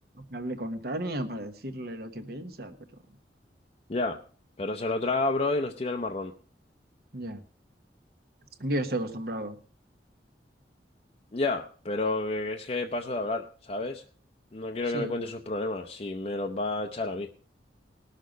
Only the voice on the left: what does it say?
Ya, pero se lo traga, bro, y nos tira el marrón.
Ya, pero que- es que paso de hablar, ¿sabes? No quiero
que me cuente sus problemas, si me los va a echar a mí.